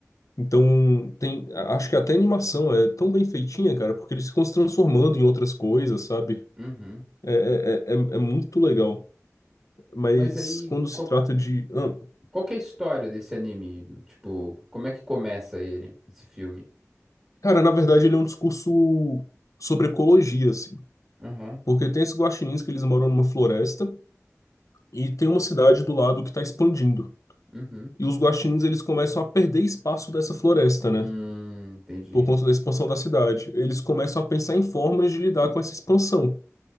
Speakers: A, on the left; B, on the right.
A: Então, tem, acho que até a animação é tão bem feitinha, cara, porque eles ficam se transformando em outras coisas, sabe?
B: Uhum.
A: é, é é- é é muito legal. mas
B: Mas aí,
A: quando se
B: qual,
A: trata de. ah,
B: qual que é a história desse anime? Tipo, como é que começa ele, esse filme?
A: Cara, na verdade, ele é um discurso sobre ecologia, assim.
B: Aham.
A: Porque tem esses guaxinins que eles moram numa floresta e tem uma cidade do lado que está expandindo.
B: Uhum.
A: E os guaxinins, eles começam a perder espaço dessa floresta, né?
B: Hum, entendi.
A: Por conta da expansão da cidade. Eles começam a pensar em formas de lidar com essa expansão,